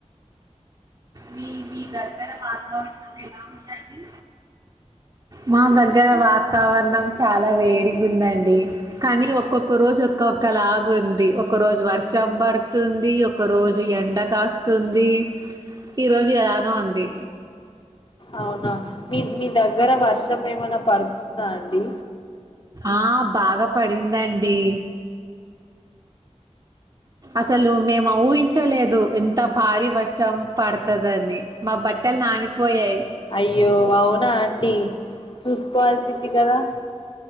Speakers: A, on the right (about 35°); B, on the left (about 45°).
A: మీ దగ్గర వాతావరణం ఎలా ఉందండి మా దగ్గర వాతావరణం చాలా వేడిగా ఉందండి, కానీ ఒక్కొక్క రోజు ఒక్కొక్కలాగ ఉంది ఒక్క రోజు వర్షం బడుతుంది ఒక్క రోజు రోజు ఎండ కాస్తుంది ఈ రోజు ఎలానో ఉంది
B: అవున మీ మీ దగ్గర వర్ష వర్షం ఏమనన్నా పడుతుందా అండి
A: ఆ బాగ పడిందండి అసలు మేము ఊహించలేదు ఇంత భారీ వర్షం పడుతుందని మా బట్టలు నానిపోయాయి
B: అయ్యో అవునా అండి చూసుకోవాల్సింది కదా